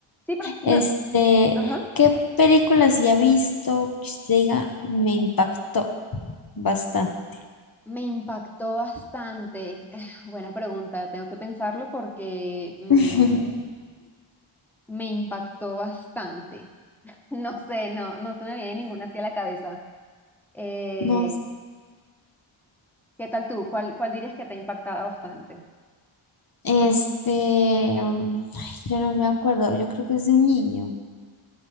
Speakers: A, in the centre; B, on the left.
A: Sí, pero... No,
B: Este,
A: ajá.
B: ¿qué película sí ha visto que usted diga me impactó bastante?
A: Me impactó bastante. Eh, Buena pregunta, tengo que pensarlo porque mm,
B: <laughs>
A: me impactó bastante. <laughs> No sé, no, no se me viene ninguna hacia la cabeza. Eh,
B: No,
A: ¿qué tal tú? ¿Cuál, cuál dirías que te ha impactado bastante?
B: este, um, ay, yo no me acuerdo, yo creo que es de un niño.